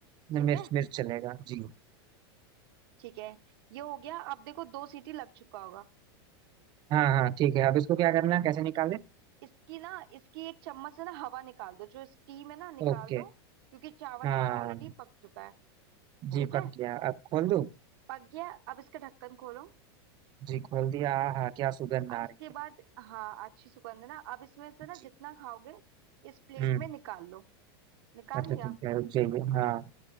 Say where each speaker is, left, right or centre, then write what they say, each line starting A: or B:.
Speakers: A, on the right; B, on the right.
A: न,
B: ठीक
A: मिर्च
B: है
A: मिर्च चलेगा जी
B: ठीक है ये हो गया अब देखो दो सीटी लग चुका होगा
A: हाँ हाँ ठीक है अब इसको क्या करना है कैसे निकालें
B: इसकी ना इसकी एक चम्मच से ना हवा निकाल दो जो स्टीम है ना निकाल
A: ओके
B: दो क्योंकि चावल
A: हाँ
B: हमारा ऑलरेडी पक चुका है
A: जी
B: ठीक है
A: पक गया अब खोल दूँ
B: पक गया अब इसका ढक्कन खोलो
A: जी खोल दिया हाँ क्या सुगंध आ
B: अब इसके
A: रही है
B: बाद हाँ अच्छी सुगंध है ना अब इसमें से ना
A: जी
B: जितना खाओगे इस प्लेट
A: हम्म
B: में निकाल लो निकाल
A: अच्छा
B: लिया
A: ठीक है रुक जाइए हाँ